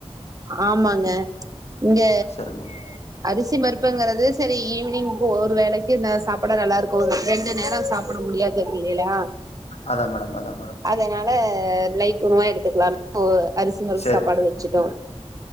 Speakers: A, on the right (about 30°); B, on the left (about 70°).
A: ஆமாங்க இங்க
B: சரி மேடம்
A: அரிசி பருப்புங்கறது சரி ஈவினிங் ஒரு வேளைக்கு ந சா அப்படம் நல்லா இருக்கும் ரெண்டு நேர சாப்ட முடியாது இல்லேலா
B: அதான் மேடம் அதான் மேடம்
A: அதனால லைட் உணவா எடுத்துக்கலான்னு அரிசி பருப்பு
B: சரி
A: சாப்பாடு எடுத்துடோம்